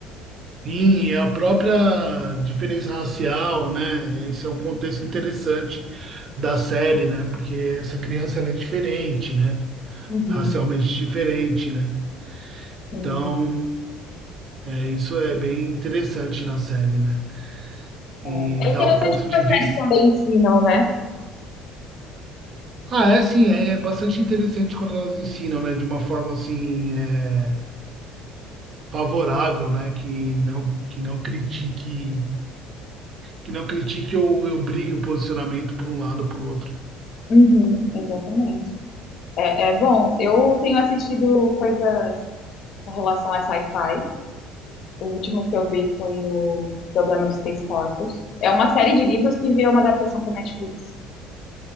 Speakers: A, on the right; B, on the left.
A: Sim, a própria diferença racial, né? Esse é um contexto interessante da série, né? Porque essa criança ela é diferente, né?
B: Uhum,
A: Racialmente diferente, né?
B: sim.
A: Então, é, isso é bem interessante na série, né? E
B: É, é
A: dá
B: interessante
A: um ponto
B: que
A: de
B: as
A: vista.
B: séries também ensinam, né?
A: Ah, é sim, é é bastante interessante quando elas ensinam, né, de uma forma assim, é, favorável, né, que não que não critique, que não critique ou eu brigue o posicionamento por um lado ou por outro.
B: Uhum, exatamente. É, é bom, eu tenho assistido coisas com relação a sci-fi, O último que eu vi foi o Problema dos Três Corpos. É uma série de livros que virou uma adaptação para Netflix.